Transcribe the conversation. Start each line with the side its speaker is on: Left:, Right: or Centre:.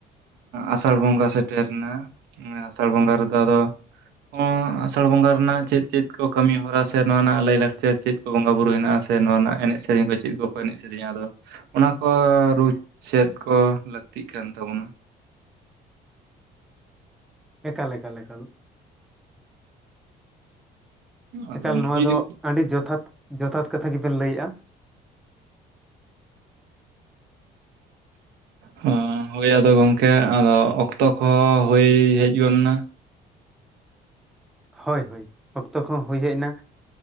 Right: ᱟᱥᱟᱲ ᱵᱚᱸᱜᱟ ᱥᱮᱴᱮᱨᱱᱟ ᱟᱥᱟᱲ ᱵᱚᱸᱜᱟ ᱨᱮᱫᱚ ᱟᱫᱚ ᱚᱸ, ᱟᱥᱟᱲ ᱵᱚᱸᱜᱟ ᱨᱮᱱᱟᱜ ᱪᱮᱫ ᱪᱮᱫ ᱠᱚ ᱠᱟᱹᱢᱤ ᱦᱚᱨᱟ ᱥᱮ ᱱᱚᱣᱟ ᱨᱮᱱᱟᱜ ᱞᱟᱹᱭᱼᱞᱟᱠᱪᱟᱨ ᱪᱮᱫ ᱵᱚᱸᱜᱟ ᱵᱩᱨᱩ ᱦᱮᱱᱟᱜᱼᱟ ᱥᱮ ᱱᱚᱣᱟ ᱨᱮᱱᱟᱜ ᱮᱱᱮᱡ ᱥᱮᱹᱨᱮᱹᱧ ᱠᱚ ᱪᱮᱫ ᱠᱚᱠᱚ ᱮᱱᱮᱡ ᱥᱮᱹᱨᱮᱹᱧᱟ ᱟᱫᱚ, ᱚᱱᱟ ᱠᱚ ᱨᱩ ᱪᱮᱫ ᱠᱚ ᱞᱟᱹᱠᱛᱤᱜ ᱠᱟᱱ ᱛᱟᱵᱚᱱᱟ
Centre: ᱮᱠᱟᱞ ᱮᱠᱟᱞ ᱮᱠᱟᱞ
Right: ᱟᱫᱚ
Centre: ᱮᱠᱟᱞ
Right: ᱱᱩᱠᱩ
Centre: ᱱᱚᱣᱟ
Right: ᱡᱩᱫᱤ
Centre: ᱫᱚ ᱟᱹᱰᱤ ᱡᱚᱛᱷᱟᱛ ᱡᱚᱛᱷᱟᱛ ᱠᱟᱛᱷᱟ ᱜᱮᱵᱤᱱ ᱞᱟᱹᱭᱮᱜᱼᱟ
Right: ᱦᱩᱸ ᱦᱳᱭ ᱟᱫᱚ ᱜᱚᱝᱠᱮ ᱟᱫᱚ ᱚᱠᱛᱚ ᱠᱚᱦᱚᱸ ᱦᱳᱭ ᱦᱮᱡ ᱜᱚᱫ ᱮᱱᱟ
Centre: ᱦᱳᱭ ᱦᱳᱭ ᱚᱠᱛᱚ ᱠᱚᱦᱚᱸ ᱦᱳᱭ ᱦᱮᱡ ᱮᱱᱟ